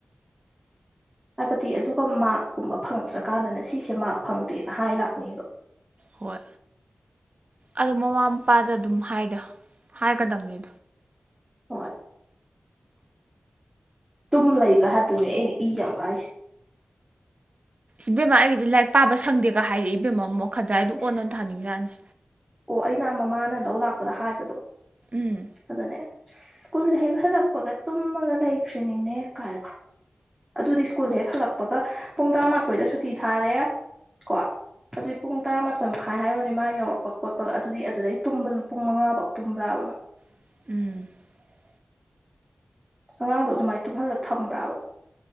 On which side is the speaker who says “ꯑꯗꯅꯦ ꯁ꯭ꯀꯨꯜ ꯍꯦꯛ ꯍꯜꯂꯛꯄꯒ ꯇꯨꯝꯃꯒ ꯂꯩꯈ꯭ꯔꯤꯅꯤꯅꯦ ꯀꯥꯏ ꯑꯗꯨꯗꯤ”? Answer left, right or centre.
Right